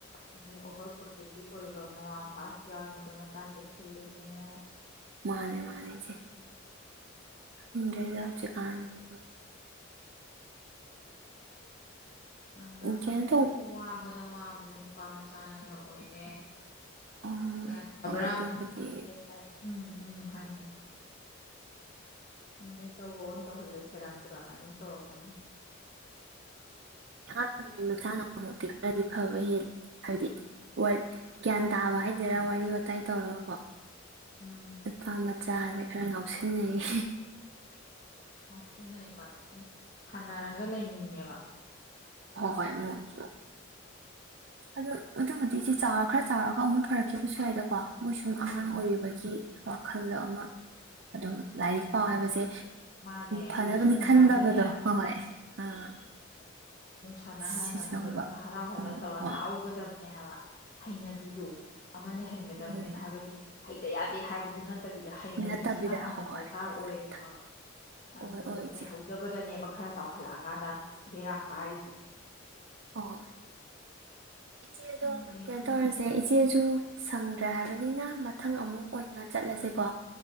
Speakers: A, on the left; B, on the right.
A: ꯑꯣꯚꯔ ꯄ꯭ꯔꯣꯇꯦꯛꯇꯤꯞ ꯑꯣꯏꯕ ꯃꯃꯥ ꯃꯄꯥꯥꯁꯨ ꯌꯥꯎꯔꯤꯅꯦ ꯑꯗꯣ ꯃꯆꯥ ꯆꯦꯛꯁꯤꯜꯂꯤꯅꯦꯅ
B: ꯃꯥꯅꯦ ꯃꯥꯅꯦ ꯏꯆꯦ ꯈꯪꯗ꯭ꯔꯦꯗ ꯍꯧꯖꯤꯛꯀꯥꯟꯖꯦ
A: ꯉꯥꯡꯅꯕꯗꯁꯨ
B: ꯀꯩꯅꯣ ꯇꯧ
A: ꯋꯥꯕꯗ ꯋꯥꯕꯗ ꯅꯨꯄꯥ ꯃꯆꯥꯅꯒ ꯑꯣꯏꯔꯦ
B: ꯎꯝ
A: ꯒ꯭ꯌꯥꯟ ꯇꯥꯕ꯭ꯔꯥ
B: ꯍꯣꯏ ꯑꯗꯨꯕꯨꯗꯤ
A: ꯍꯥꯏꯁꯦ ꯍꯥꯏ ꯎꯝ ꯎꯝ ꯍꯥꯏꯅꯤ ꯎꯝꯗ ꯇꯧꯔꯛꯑꯣ ꯇꯧꯍꯜꯂꯦ ꯁꯦꯔꯥꯟ ꯇꯨꯔꯥꯟ ꯑꯗꯨꯝ ꯇꯧꯔꯛꯀꯅꯤ
B: ꯑꯉꯥꯡ ꯅꯨꯄꯤ ꯃꯆꯥꯅ ꯑꯃꯨꯛꯇꯤ ꯈꯔꯗꯤ ꯐꯕ ꯍꯦꯜꯂꯤ ꯍꯥꯏꯕꯗꯤ ꯋꯥ ꯒ꯭ꯌꯥꯟ ꯇꯥꯕ ꯍꯥꯏꯗꯩꯔꯥ ꯋꯥꯔꯤ ꯋꯇꯥꯏ ꯇꯧꯔꯒꯀꯣ
A: ꯎꯝ
B: ꯅꯨꯄꯃ ꯆꯥꯁꯦ ꯈꯔ ꯉꯥꯎꯁꯤꯟꯅꯩꯌꯦ
A: ꯉꯥꯎꯁꯤꯟꯅꯩꯌꯦꯕ ꯎꯝ ꯁꯥꯟꯅꯔꯒ ꯂꯩꯅꯤꯡꯉꯦꯕ
B: ꯍꯣꯏ ꯍꯣꯏ ꯃꯣꯏꯁꯨ ꯑꯗꯨ ꯑꯗꯨꯕꯨꯗꯤ ꯏꯆꯦ ꯆꯥꯎꯔ ꯈꯔ ꯆꯥꯎꯔꯒ ꯑꯃꯨꯛ ꯐꯔꯛꯈꯤꯕꯁꯨ ꯌꯥꯏꯗꯀꯣ ꯃꯣꯏ ꯁꯨꯝ ꯑꯉꯥꯡ
A: ꯎꯝ
B: ꯑꯣꯏꯔꯤꯕꯒꯤ ꯋꯥꯈꯜꯗꯣ ꯑꯃ ꯑꯗꯨꯝ
A: ꯎꯝ ꯎꯝ
B: ꯂꯥꯏꯔꯤꯛ ꯄꯥꯎ ꯍꯥꯏꯕꯁꯦ
A: ꯃꯥꯅꯦ ꯑꯗꯨꯗꯤ
B: ꯐꯅꯕꯅꯤ
A: ꯁꯨꯡꯉꯀꯥꯟꯗꯅꯦ
B: ꯈꯟꯗꯕꯗꯣ ꯍꯣꯏ ꯍꯣꯏ ꯑꯥ
A: ꯁꯥꯟꯅꯍꯜꯟꯅ
B: ꯁꯤꯁꯤꯅ
A: ꯑꯃꯨꯛ ꯀꯩꯅꯣ
B: ꯍꯨꯝꯕ
A: ꯍꯔꯥꯎꯍꯜꯂ
B: ꯑꯃꯨꯛ
A: ꯇꯧꯔ
B: ꯍꯣꯏ
A: ꯇꯥꯛꯍꯧꯒꯗꯕꯅꯦ ꯍꯥꯏꯕ ꯍꯩꯅꯕꯤ ꯗꯣ ꯑꯃ ꯂꯩꯍꯟꯒꯗꯕꯅꯦꯕ
B: ꯎꯝ
A: ꯍꯥꯏꯕꯗꯤ ꯍꯩꯇ ꯌꯥꯗꯦ ꯍꯥꯏꯕꯗꯨ ꯅꯠꯇꯕꯤꯗ ꯍꯩꯅ
B: ꯅꯠꯇꯕꯤꯗ
A: ꯁꯤꯃ ꯍꯥꯟꯅ
B: ꯍꯣꯏ
A: ꯗꯔꯀꯥꯔ ꯑꯣꯏꯌꯦꯕ
B: ꯍꯣꯏ
A: ꯑꯥ
B: ꯍꯣꯏ
A: ꯑꯗꯨ
B: ꯍꯣꯏ ꯏꯆꯦ
A: ꯂꯩꯍꯧꯗꯕꯗꯅꯦꯕ ꯈꯔ ꯆꯥꯎꯈꯠ ꯍꯜꯂꯛꯑꯀꯥꯟꯗ ꯕꯦꯔꯥ ꯀꯥꯔꯤꯁꯦ
B: ꯑꯣ ꯏꯆꯦꯗꯣ
A: ꯈꯪꯗꯦ
B: ꯀꯩꯅꯣ
A: ꯈꯪꯗꯦ
B: ꯇꯧꯔꯁꯦ ꯏꯆꯦ ꯑꯗꯨꯨ ꯁꯪꯗ꯭ꯔꯥ ꯍꯥꯏꯕꯅꯤꯅ ꯃꯊꯪ ꯑꯃꯨꯛ ꯑꯣꯏꯅ ꯆꯠꯂꯁꯦꯀꯣ